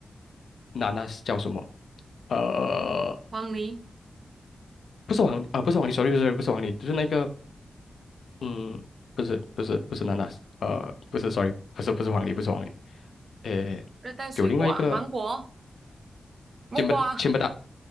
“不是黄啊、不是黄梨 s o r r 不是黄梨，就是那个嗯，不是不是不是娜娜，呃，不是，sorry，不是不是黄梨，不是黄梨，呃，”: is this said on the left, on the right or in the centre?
Left